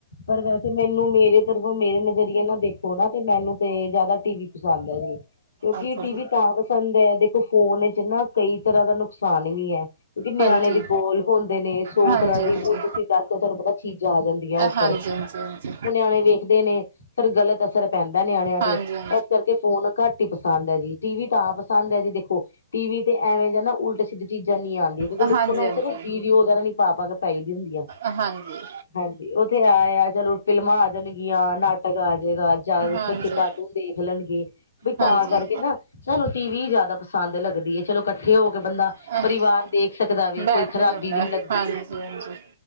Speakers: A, on the left; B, on the right.
A: ਪਰ ਵੈਸੇ ਮੈਨੂੰ, ਮੇਰੇ ਤਰਫਓ, ਮੇਰੇ ਨਜ਼ਰੀਏ ਨਾ ਦੇਖੋ ਨਾ, ਤੇ ਮੈਨੂੰ ਤੇ ਜ਼ਿਆਦਾ ਟੀ ਵੀ ਪਸੰਦ ਹੈ ਜੀ। ਕਿਉਂਕਿ,
B: ਅੱਛਾ
A: ਟੀ
B: ਜੀ
A: ਵੀ ਤਾਂ ਪਸੰਦ ਹੈ, ਦੇਖੋ ਫੋਨ ਵਿਚ ਨਾ ਕਈ ਤਰ੍ਹਾਂ ਦਾ ਨੁਕਸਾਨ ਵੀ ਹੈ। ਕਿਉਂਕਿ ਨਿਆਣੇ
B: ਹਾਂਜੀ
A: ਵਿ ਕੋਲ ਹੁੰਦੇ ਨੇ, ਸੌ
B: ਹਾਂਜੀ
A: ਤਰ੍ਹਾਂ ਦੀ
B: ਹਾਂਜੀ
A: ਉਲਟ ਸੀਿੱਧ ਚੀਜ਼ਾਂ ਆ ਜਾਂਦੀਆਂ ਉੱਪਰ,
B: ਹਾਂਜੀ ਹਾਂਜੀ
A: ਉਹ ਨਿਆਣੇ ਵੇਖਦੇ ਨੇ, ਫਿਰ ਗ਼ਲਤ ਅਸਰ ਪੈਂਦਾ ਨਿਆਣਿਆਂ
B: ਹਾਂਜੀ
A: ਤੇ,
B: ਹਾਂਜੀ
A: ਇਸ ਕਰਕੇ ਫੋਨ ਘੱਟ ਟੀ ਪਸੰਦ ਹੈ ਜੀ, ਟੀ ਵੀ ਤਾਂ ਪਸੰਦ ਹੈ ਜੀ ਦੇਖੋ, -ਟੀ ਵੀ ਤੇ ਐਵੇਂ ਜ ਨਾ ਉਲ ਸਿੱਦੀ, ਚੀਜ਼ਾਂ ਨੀ ਆਉਂਦੀਆਂ। ਕਿਉਂਕਿ
B: ਹਾਂਜੀ
A: ਦੇਖੋ ਨਾ, ਉੱਥੇ ਨਾ ਵੀਡਿਓ
B: ਹਾਂਜੀ
A: ਵਗੈਰਾ ਨੀ ਪਾ ਕੇ ਪੈਦੀ ਹੁੰਦੀਆਂ।
B: ਹਾਂਜੀ
A: ਹਾਂਜੀ, ਓ ਤੇ ਹੈ ਆ ਚਲੋ ਫਿਲਮਾਂ ਆਣਗੀਆਂ, ਨਾਟਕ ਆ ਜਾਏਗਾ, ਜ਼ਿਆਦਾ
B: ਹਾਂਜੀ
A: ਬੱਚੇ ਕਾਰਟੂਨ ਦੇਖ ਲੈਣਗੇ, ਬ ਤਾਂ
B: ਹਾਂਜੀ
A: ਕਰਕੇ ਨਾ ਸਾਨੂੰ ਟੀ ਵੀ ਜ਼ਿਆਦਾ ਪਸੰਦ ਲੱਗਦੀ ਹੈ, ਚਲੋ ਇਕੱਠੇ ਹੋ ਕੇ ਬੰਦਾ
B: ਹਾਂਜੀ
A: ਪਰਿਵਾਰ ਦੇਖ ਸਕਦਾ ਵੈ,
B: ਬੈਠ
A: ਕੋਈ ਖ਼ਰਾਬੀ
B: ਤੇ ਜਾਂਦਾ
A: ਵੀ ਨਹੀਂੀ
B: ਹੈ।
A: ਲੱਗਦੀ।
B: ਹਾਂਜੀ ਹਾਂਜੀ